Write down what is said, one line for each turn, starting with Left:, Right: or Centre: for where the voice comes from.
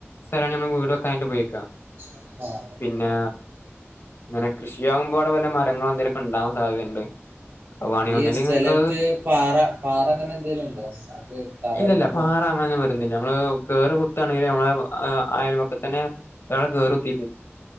Left: സ്ഥലമാണ് നമ്മള് വീട് വെക്കാനട്ട് പോയിക്ക
Right: ആഹ് ആഹ്
Left: പിന്നെ അങ്ങനെ കൃഷിയകുമ്പോ അവിടെ വല്ല മരങ്ങളൾ എന്തെലൊക്കെ ഉണ്ടാവാൻ സാധ്യതയുണ്ട് അത് വാണേ
Right: ഈ
Left: ഒന്നല്ലെങ്കിൽ
Right: സ്ഥലത്ത്
Left: നിങ്ങക്ക് അത്
Right: പാറ പാറ അങ്ങനെ എന്തേലും ഉണ്ടോ നമുക്ക് താറട്
Left: ഇല്ലല്ല
Right: പോ
Left: പാറ അങ്ങനെ നമ്മള് കുാണെങ്കിൽ നമ്മ അയൽക്കെ തന്നെ കുട്ടുണ്ട്